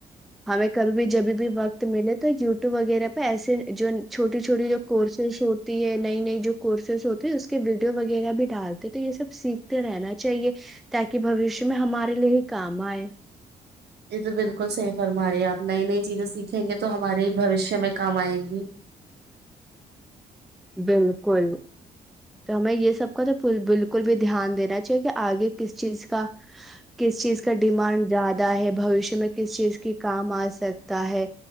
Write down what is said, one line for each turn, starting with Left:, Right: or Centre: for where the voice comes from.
Centre: ہمیں کبھی بھی جبھی بھی وقت ملے تو یوٹیوب وغیرہ پہ ایسے جو چھوٹی چھوٹی جو کورسز ہوتی ہے نئی نئی جو کورسز ہوتی ہے اس کے ویڈیو وغیرہ بھی ڈالتے تو یہ سب سیکھتے رہنا چاہیے تاکہ بوشیہ میں ہمارے لیے ہی کام آئے
Right: یہ تو بالکل صی فرماری ہے آپ نئی نئی چیزیں سیکھ دکھیں گے تو ہمارے ہی بوشیہ میں کام آئیں گی
Centre: بالکل تو ہمیں یہ سب کا تو بالکل بھی دھیان دینا چاہیے کہ آگے کس چیز کا کس چیز کا ڈیمانڈ زیادہ ہے بھشیہ میں کس چیز کی کام آج سکتا ہے